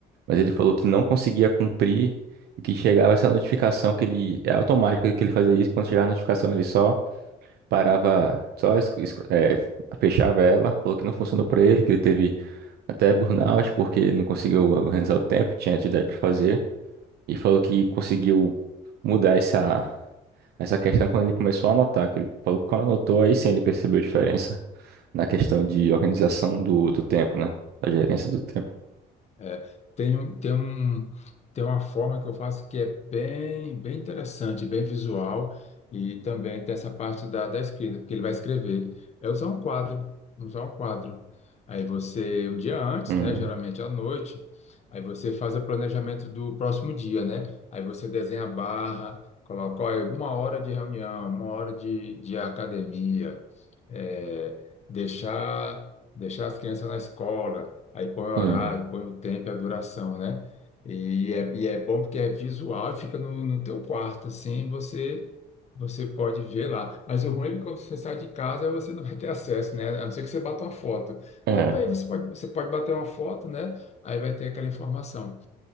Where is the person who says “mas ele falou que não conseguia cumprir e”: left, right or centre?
Right